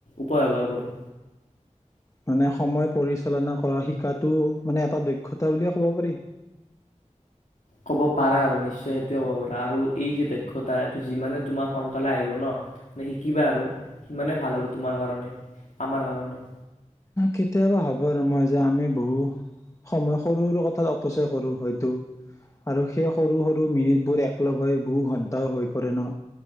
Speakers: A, on the left; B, on the left.
A: উপৱাৰ কৰি।
B: মানে সময় পৰিচালনা কৰা শিকাটো মানে এটা দক্ষতা বুলিয়ে ক'ব পাৰি?
A: ক'ব পাৰা আৰু নিশ্চয় সেইটোৱে ক'ব পাৰা আৰু এই যে দক্ষতা এইটো যিমানে তোমাৰ সোনকালে আহিব ন শিকিবা আৰু সিমানে ভাল আৰু তোমাৰ কাৰণে আৰু আমাৰ কাৰনে?
B: কেতিয়াবা ভাবোঁ আৰু মই যে আমি বহু সময় সৰু সৰু কথাত অপচয় কৰো হয়তো আৰু সেই সৰু সৰু মিনিটবোৰ এক লগ হৈ বহু ঘন্টাও হৈ পৰে ন